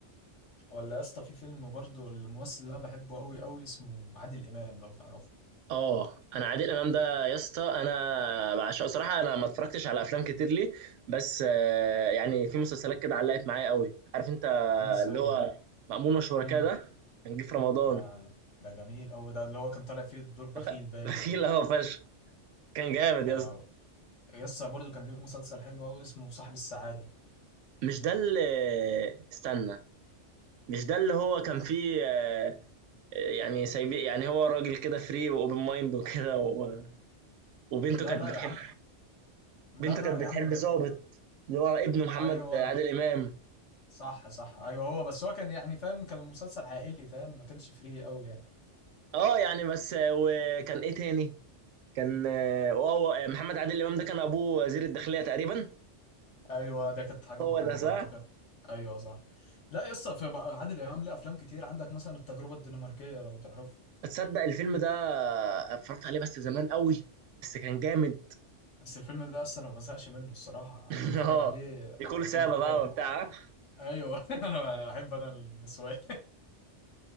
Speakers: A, on the left; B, on the right.
A: ولا يا اسطى في فيلم برضو الممثل اللي انا بحبه قوي قوي اسمه عادل امام لو تعرفه
B: اه انا عادل امام ده يا اسطى انا بعشقه صراحه انا ما اتفرجتش على افلام كتير ليه بس آه، يعني في مسلسلات كده علقت معايا قوي عارف انت
A: يا عم ازاي
B: اللي هو مأمون وشركاه
A: امم
B: ده كان جه في رمضان
A: يا ده جميل قوي ده اللي هو كان طالع فيه دور بخيل
B: <laughs>
A: باين
B: بخيل اهو فشخ كان جامد
A: يعني
B: يا اسطى
A: هو- يسا برضه كان ليه مسلسل حلو قوي اسمه صاحب السعادة
B: مش ده اللي استنى مش ده اللي هو كان فيه آه، آه، يعني سايب يعني هو راجل كده فري واوبن مايند وكده و... وبنته
A: لا
B: كانت
A: لا
B: بتحب
A: يا عم لا
B: بنته
A: لا
B: كانت
A: يا
B: بتحب
A: عم ده
B: ظابط اللي هو ابن محمد
A: ايوه
B: عادل امام
A: صح صح ايوه هو بس هو كان يعني فاهم كان مسلسل عائلي فاهم ما كانش فري قوي يعني
B: اه يعني بس وكان ايه تاني كان اه هو محمد عادل امام ده كان ابوه وزير الداخليه تقريبا
A: ايوه ده كانت حاجة
B: هو
A: مهمة
B: ده صح
A: برضه كانت ايوه صح لا يسا في بقى عادل امام ليه افلام كتير عندك مثلا التجربة الدنماركية لو تعرفه
B: تصدق الفيلم ده اتفرجت عليه بس زمان قوي بس كان جامد
A: بس الفيلم ده اصلا انا ما بزهقش منه الصراحة
B: <laughs>
A: اتفرج
B: اه
A: عليه
B: نيكول
A: على
B: سابا
A: طول عادي
B: بقى وبتاع
A: ايوه <laughs> انا احب انا النسوان